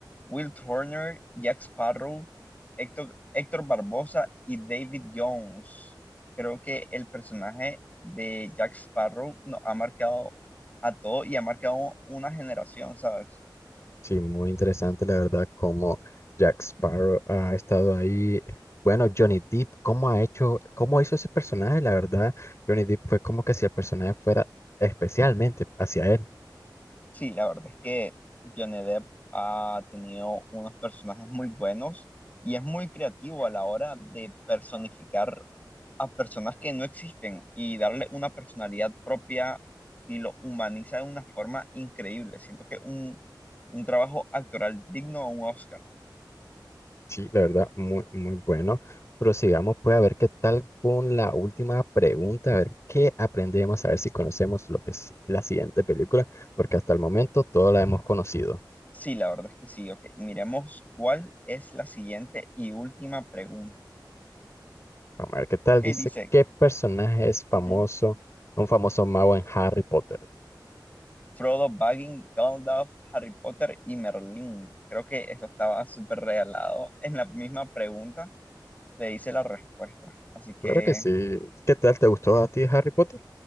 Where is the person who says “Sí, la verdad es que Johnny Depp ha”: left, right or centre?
Left